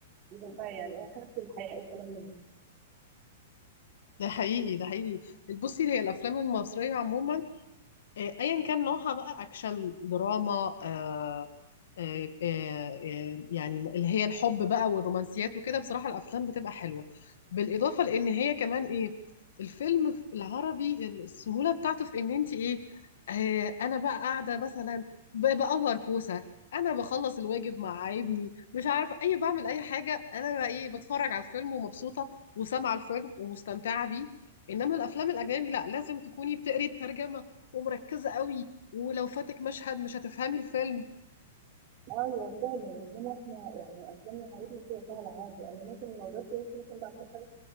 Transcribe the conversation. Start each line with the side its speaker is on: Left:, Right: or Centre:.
Right: يبقى بقى يعني ايه خدت الحياء وكلام من ده.
Left: ده حقيقي ده حقيقي بصي هي الأفلام المصرية عموما آه، أيا كان نوعها بقى أكشن دراما آه، آه، آه، آه، يعني اللي هي الحب بقى والرومانسيات وكده بصراحة الأفلام بتبقى حلوة بالإضافة لأن هي كمان إيه الفيلم في العربي السهولة بتاعته في إن أنت إيه آه، أنا بقى قاعدة مثلا ب- بقور كوسة أنا بخلص الواجب مع ابني مش عارف أي بعمل أي حاجة أنا بقى إيه بتفرج على الفيلم ومبسوطة وسامعة الفيلم ومستمتعة بيه إنما الأفلام الأجنبي لأ لازم تكوني بتقري الترجمة ومركزة قوي ولو فاتك مشهد مش هتفهمي الفيلم
Right: ايوه فعلا انما احنا يعني افلامنا حياتنا كده سهله عادي انا ممكن لو جبت وش مثلا بعمل حاجه